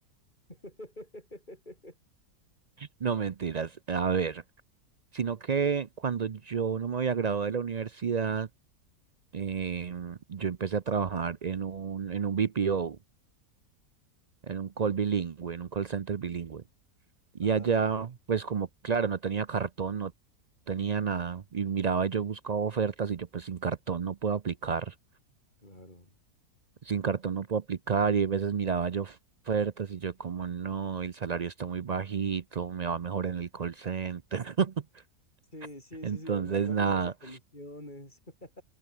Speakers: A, on the left (about 30°); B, on the right (about 55°).
A: <laughs>
B: No mentiras, a ver, sino que cuando yo no me había graduado de la universidad, eh, yo empecé a trabajar en un, en un BPO, en un call bilingüe, en un call center bilingüe. Y
A: Ah,
B: allá,
A: ok,
B: pues como, claro, no tenía cartón, no tenía nada. Y miraba, yo buscaba ofertas y yo pues sin cartón no puedo aplicar.
A: claro.
B: Sin cartón no puedo aplicar. Y a veces miraba yo ofertas y yo como, no, el salario está muy bajito, me va mejor en el call center. <laughs>
A: Sí, sí,
B: Entonces,
A: sí, sí, me agarro
B: nada,
A: más de comisiones. <laughs>